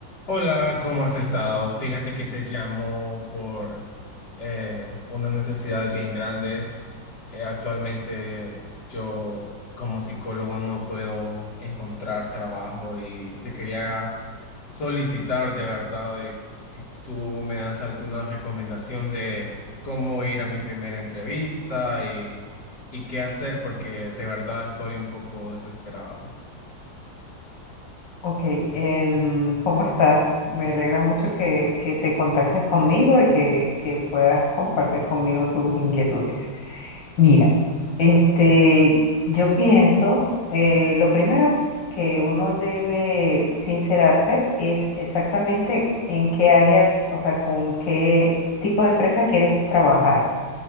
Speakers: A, on the left (about 65°); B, on the left (about 85°).
A: Hola, ¿cómo has estado? Fíjate que te llamo por eh, una necesidad bien grande. Eh, actualmente yo como psicólogo no puedo encontrar trabajo y te quería solicitar de verdad de si tú me das alguna recomendación de cómo ir a mi primera entrevista y, y qué hacer porque de verdad estoy un poco desesperado.
B: Ok, em, ¿cómo estás? Me alegra mucho que, que te contactes conmigo y que, que puedas compartir conmigo tus inquietudes. Mira, este, yo pienso, eh, lo primero que uno debe sincerarse es exactamente en qué área, o sea, con qué tipo de empresa quieres trabajar,